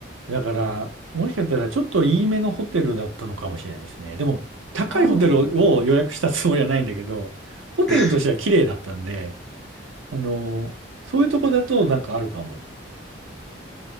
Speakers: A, on the right; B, in the centre.
A: だから、もしかしたらちょっといいめのホテルだったのかもしれないですね。でも、高いホテルを予約したつもりはないんだけど、
B: ああ、なるほど。
A: ホテルとしては綺麗だったんで、
B: <laughs>
A: あの、そういうとこだとなんかあるかも。